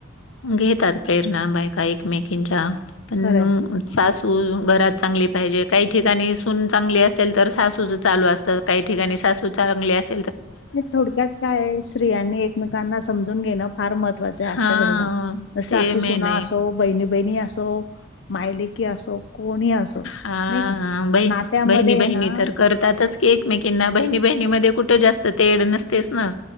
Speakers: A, on the left; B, on the left.
A: घेतात प्रेरणा बाईका एकमेकींच्या पण
B: खरंय.
A: सासू घरात चांगली पाहिजे काही ठिकाणी सून चांगली असेल तर सासूच चालू असतं काही ठिकाणी सासू चांगली अस
B: थोडक्यात काय स्त्रियांनी एकमेकांना समजून घेणं फार मह महत्वाच आजच्या
A: हा
B: घडीला सासूसुना
A: ते मेन आहे
B: असो बहिणी बहिणी असो मायलेकी असो कोणी असो
A: हा
B: नाही का
A: ब-बहिणी
B: नात्यामध्ये आहे
A: बहिणी
B: ना
A: तर करते त्यातच की एकमेकींना बहिणी बहिणीमध्ये कुठं जास्त तेड नसतेच ना